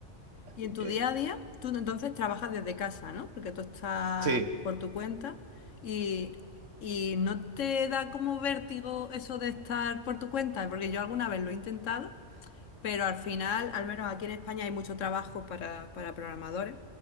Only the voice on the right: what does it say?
Así
que
sí,